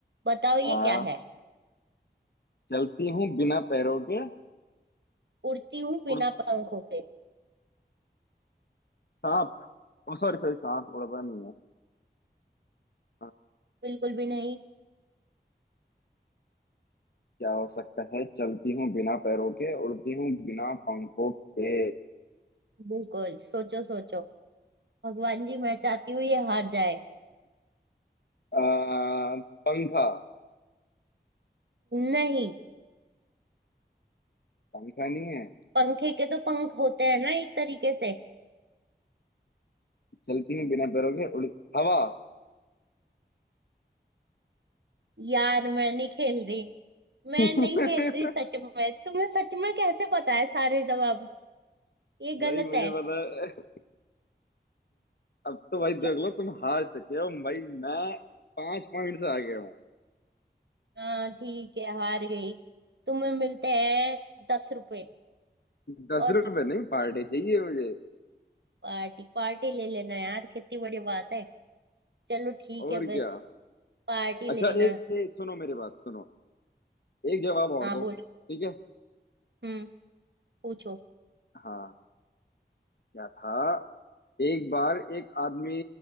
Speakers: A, on the right; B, on the left.
A: बताओ ये
B: आ,
A: क्या है
B: चलती हूँ बिना पैरों के
A: उड़ती हूँ बिना
B: उड़
A: पंखों के
B: सांप ओ सॉरी सॉरी सांप उड़ता नहीं है हाँ,
A: बिल्कुल भी नहीं
B: क्या हो सकता है चलती हूँ बिना पैरों के उड़ती हूँ बिना पंखों के
A: बिल्कुल सोचो सोचो भगवान जी मैं चाहती हूँ ये हार जाए
B: आ, पंखा
A: नहीं
B: पंखा नहीं है
A: पंखे के तो पंख होते हैं ना एक तरीके से
B: चलती हूँ बिना पैरों के उड़ हवा
A: यार मैं नहीं खेल रही मैं
B: <laughs>
A: नहीं खेल रही
B: भाई
A: सच में तुम्हें सच में कैसे पता है सारे जवाब ये
B: मुझे
A: गलत है
B: पता है अब तो भाई
A: यार
B: देख लो तुम हार चुके हो भाई मैं पांच पॉइंट से आगे हूँ
A: हाँ ठीक है हार गई तुम्हें मिलते हैं दस रुपए
B: दस
A: और
B: रुपए नहीं पार्टी चाहिए मुझे
A: पार्टी पार्टी ले लेना यार कितनी बड़ी बात है चलो ठीक
B: और
A: है फिर
B: क्या
A: पार्टी
B: अच्छा
A: लेना
B: एक ए, सुनो मेरी बात सुनो एक जवाब और
A: हाँ
B: दो
A: बोलो
B: ठीक है
A: हम्म पूछो
B: हाँ क्या था एक बार एक आदमी